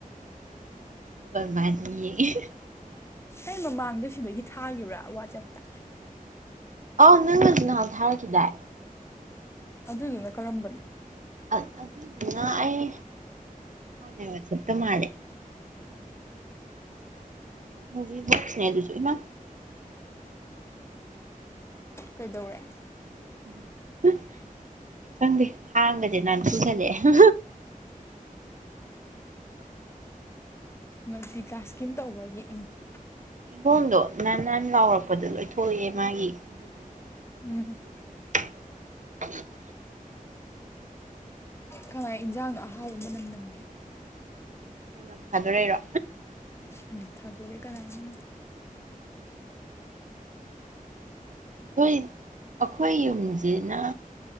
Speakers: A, on the right (about 60°); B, on the left (about 15°).
A: ꯑꯗꯨꯒ ꯃꯥꯅꯩꯌꯦ <unintelligible>
B: ꯑꯩ ꯃꯃꯥꯡꯗ ꯁꯤꯗꯒꯤ ꯊꯥꯒꯤꯕ꯭ꯔ ꯋꯥꯆꯞꯇ
A: ꯑꯧ ꯅꯪꯅ ꯅꯍꯥꯟ ꯊꯥꯔꯛꯈꯤꯗꯥꯏ
B: ꯑꯗꯨꯗꯨꯅ ꯀꯔꯝꯕꯅꯣ
A: ꯑ ꯑꯗꯨꯗꯨꯅ ꯑꯩ ꯍꯥꯟꯅꯩ ꯋꯥꯆꯞꯇ ꯃꯥꯜꯂꯦ ꯃꯨꯕꯤ ꯕꯣꯛꯁꯅꯦ ꯑꯗꯨꯖꯨ ꯏꯃꯥ
B: ꯀꯩꯗꯧꯔꯦ
A: <unintelligible> ꯈꯪꯗꯦ ꯊꯥꯡꯒꯖꯦ ꯅꯥꯟꯊꯨ ꯁꯜꯂꯛꯑꯦ <unintelligible>
B: ꯃꯜꯇꯤ ꯇꯥꯛꯁꯀꯤꯡ ꯇꯧꯕꯒꯤ <unintelligible>
A: ꯀꯤꯍꫭꯝꯗꯣ ꯅꯥꯟ ꯅꯥꯟ ꯂꯥꯎꯔꯛꯄꯗꫭ ꯂꯣꯏ ꯊꯣꯛꯂꯑꯦ ꯃꯥꯒꯤ <unintelligible>
B: <unintelligible>
A: <unintelligible>
B: ꯀꯅꯥꯒꯤ ꯏꯟꯖꯥꯡꯅꯣ ꯑꯍꯥꯎꯕ ꯃꯥꯅꯝ ꯅꯝꯃꯦ
A: ꯃꯥꯅꯝ ꯊꯥꯗꯣꯛꯔꯛꯏꯔꯣ
B: ꯎꯝ ꯊꯥꯗꯣꯔꯛ ꯑꯦ ꯀꯅꯥꯅꯣꯝ ꯃꯥ
A: ꯈꯣꯏ ꯑꯩꯈꯣꯏ ꯌꯨꯝꯁꯤꯅ